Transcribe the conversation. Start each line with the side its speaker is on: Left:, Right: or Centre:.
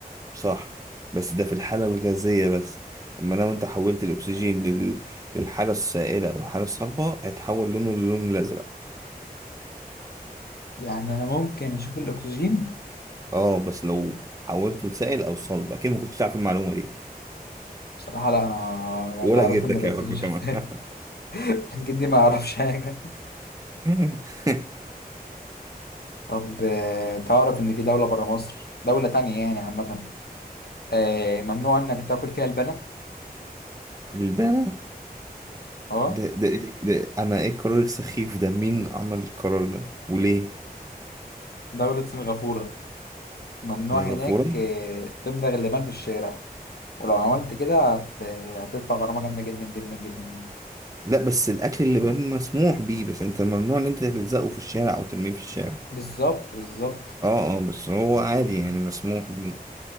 Right: صح بس ده في الحالة الغازية بس اما لو انت حولت الاكسجين لل... للحالة السائلة او الحالة الصلبة هيتحول لونه للون الازرق
Left: يعني انا ممكن اشوف الاكسجين
Right: اه بس لو حولته لسائل او صلب اكيد ما كنتش تعرف المعلومة دي
Left: بصراحة لا انا
Right: ولا
Left: اللي اعرفه
Right: جدك
Left: ان الاكسجين
Right: يعرفها
Left: شفاف
Right: كمان <laughs>
Left: <laughs> جدي ما يعرفش حاجة
Right: <laughs>
Left: طب آه، تعرف ان في دولة برا مصر دولة تانية يعني عامة آه، ممنوع انك تاكل فيها اللبن
Right: البنا
Left: اه
Right: ده ده إيه؟ ده انا ايه القرار السخيف ده مين عمل القرار ده وليه
Left: دولة سنغافورة ممنوع
Right: سنغافورة
Left: هناك آه، تمضغ اللبن في الشارع ولو عملت كده هت... هتدفع غرامة جامدة جدا جدا جدا جدا
Right: لا بس الاكل اللي بان مسموح بيه بس انت ممنوع ان انت تلزقه في الشارع او ترميه في الشارع
Left: بالظبط بالظبط
Right: اه اه بس هو عادي يعني مسموح بيه